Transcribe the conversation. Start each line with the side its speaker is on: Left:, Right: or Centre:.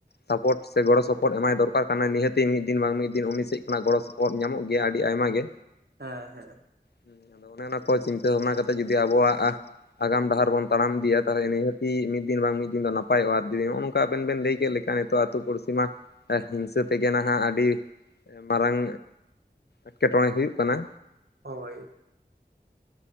Left: ᱥᱟᱯᱚᱴ ᱥᱮ ᱜᱚᱲᱚ ᱥᱚᱯᱚᱦᱚᱫ ᱮᱢᱟᱭ ᱫᱚᱨᱠᱟᱨ ᱠᱟᱱᱟᱭ ᱱᱤᱦᱟᱹᱛᱤ ᱢᱤᱫ ᱫᱤᱱ ᱵᱟᱝ ᱢᱤᱫ ᱫᱤᱱ ᱩᱱᱤ ᱥᱮᱫ ᱠᱷᱚᱱᱟᱜ ᱜᱚᱲᱚ ᱥᱚᱯ ᱳᱫ ᱧᱟᱢᱚᱜ ᱜᱮᱭᱟ, ᱟᱹᱰᱤ ᱟᱭᱢᱟ ᱜᱮ᱾
Right: ᱦᱮᱸ ᱦᱮᱸ᱾
Left: ᱦᱩᱸ ᱟᱫᱚ ᱚᱱᱮ ᱚᱱᱟ ᱠᱚ ᱪᱤᱱᱛᱟᱹ ᱵᱷᱟᱵᱱᱟ ᱠᱟᱛᱮᱫ ᱡᱩᱫᱤ ᱟᱵᱚᱣᱟᱜ ᱟᱜᱟᱢ ᱰᱟᱦᱟᱨ ᱵᱚᱱ ᱛᱟᱲᱟᱢ ᱤᱫᱤᱭᱟ, ᱛᱟᱦᱞᱮ ᱱᱤᱦᱟᱹᱛᱤ ᱢᱤᱫ ᱫᱤᱱ ᱵᱟᱝ ᱢᱤᱫ ᱫᱤᱱ ᱫᱚ ᱱᱟᱯᱟᱭᱚᱜᱼᱟ, ᱡᱩᱫᱤ ᱱᱚᱜᱼᱚ ᱱᱚᱝᱠᱟ ᱟᱵᱮᱱ ᱵᱮᱱ ᱞᱟᱹᱭ ᱠᱮᱜ ᱞᱮᱠᱟ᱾ ᱛᱚ ᱟᱛᱩ ᱯᱩᱲᱥᱤ ᱢᱟ ᱦᱤᱝᱥᱟᱹ ᱛᱮᱜᱮ ᱱᱟᱦᱟᱜ ᱟᱹᱰᱤ ᱢᱟᱨᱟᱝ ᱮᱴᱠᱮᱴᱚᱬᱮ ᱦᱩᱭᱩᱜ ᱠᱟᱱᱟ᱾
Right: ᱦᱳᱭ᱾